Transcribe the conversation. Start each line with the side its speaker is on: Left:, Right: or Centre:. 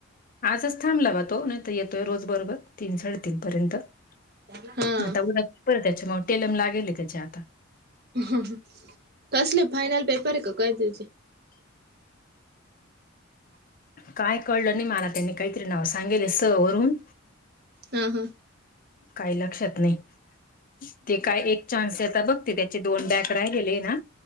Left: आजच थांबला पा तो नाही तर येतोय रोज बरोबर तीन साडेतीन पर्यंत आता
Right: हा
Left: उदक त्याच्या मग टेलम लागेल त्याच्या आता
Right: कसले फायनल पेपर आहे का काय तुचे
Left: काय कळलं नाही मार त्यांनी काहीतरी नाव सांगेल स वरुून
Right: हा हा'
Left: काही लक्षात नाही ते काय एक चान्स येत बघ त्याचे दोन बॅक राहिलेले ना